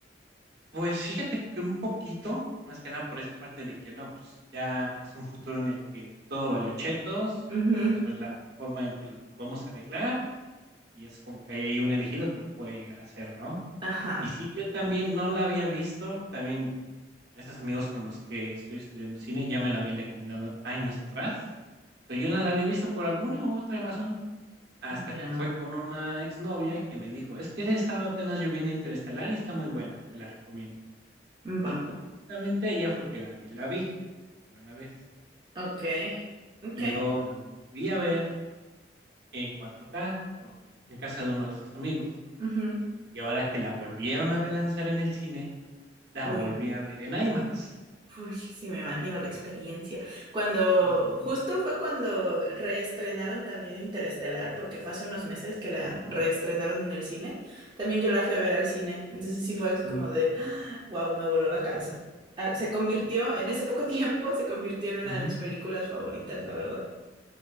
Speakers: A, on the right; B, on the right.
A: Pues fíjate que un poquito, más que nada por esa parte de que no, pues ya es un futuro en el que todo valió chetos,
B: Ujú,
A: digamos ver la forma en que lo podemos arreglar y es como que hay ahí un elegido que lo puede llegar a hacer, ¿no?
B: Ajá,
A: Y sí, yo también no la había visto, también esos amigos con los que estoy estudiando cine ya me la habían recomendado años atrás. pero yo no la había visto por alguna u otra razón, hasta
B: ya,
A: que fue con una exnovia que me dijo, es que estaba apenas yo viendo Interestelar y está muy buena, te la recomiendo. Y
B: Va,
A: pues, justamente ella fue que agarré y la vi por primera vez.
B: ok, ok.
A: Y luego la volví a ver en cuatro k con, en casa de uno de estos amigos.
B: ujú.
A: Y ahora que la volvieron a relanzar en el cine, la
B: Uy.
A: volví a ver en IMAX.
B: Uy, sí, me imagino la experiencia. Cuando,
A: Ajá.
B: justo fue cuando reestrenaron también Interestelar, porque fue hace unos meses que la reestrenaron en el cine. También yo la fui a ver al cine. Entonces sí fue así como
A: Mm.
B: de, wow, me voló la cabeza. Ah, se convirtió, en ese poco <laughs> tiempo, se convirtió en una
A: Ujú.
B: de mis películas favoritas, la verdad.